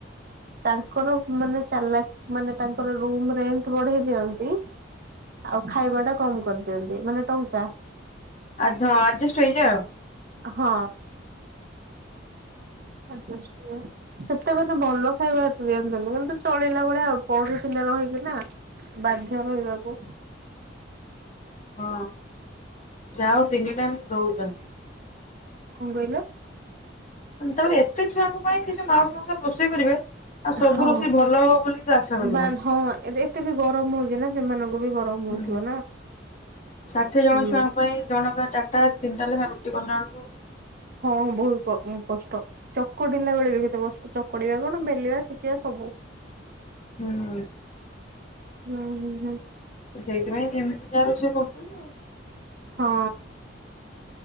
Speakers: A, on the right; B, on the left.
A: ତାଙ୍କର ମାନେ ଚାଲା ମାନେ ତାଙ୍କର ରୁମ ବଢେଇ ଦିଅନ୍ତି ଆଉ ଖାଇବାଟା କମ କରିଦିଅନ୍ତି ମାନେ ଟଙ୍କା।
B: ଆ ହଁ ଆଜେଷ୍ଟ ଏଇଟା।
A: ହଁ। ଆଜଷ୍ଟ ସେତେ ମାନେ ଭଲ ଖାଇବା ହେତେ ଦିଅନ୍ତିନି। କିନ୍ତୁ ଚଳିଲା ଭଳିଆ ଆଉ ପଢିଥିଲେ ରହିକି ନା ବାଧ୍ୟ ରହିବାକୁ।
B: ହଁ। ଯାଅ ତିନି ଟାଇମ୍ ଦଉଛନ୍ତି।
A: କଣ କହିଲେ।
B: ତାପରେ ଏତେ ଛୁଆଙ୍କ ପାଇଁ ସେ ଯୋଉ ମାଉ ସମସରେ ରୋଷେଇ କରିବେ। ଆଉ ସବୁ
A: ହଁ
B: ରୋଷେଇ ଭଲ ହବ ବୋଲି ତ ଆଶା କରିବନି।
A: ବା ହଁ ଏତେ ବି ଗରମ ହଉଛି ନା। ସେମାନଙ୍କୁ। ବି ଗରମ ହଉଥିବ
B: ହୁଁ
A: ନା
B: ଷାଠିଏ ଜଣ
A: ହୁଁ
B: ଛୁଆଙ୍କ ପାଇଁ ଜଣକା ଚାରିଟା ତିନିଟା ଲେଖା ରୁଟି କଲା ବେଳକୁ
A: ହଁ ବହୁତ କଷ୍ଟ ଚକଡିଲା ବେଳେ ବି କେତେ କଷ୍ଟ ଚକଡିବା କଣ ବେଲିବା ଶେଖିବା ସବୁ।
B: ହୁଁ।
A: ହୁଁ ହୁଁ ହୁଁ।
B: ତ ସେଇଥିପାଇଁ ଯେମିତି ଯାହା ରୋଷଇ କରୁଛନ୍ତି ଆଉ।
A: ହଁ।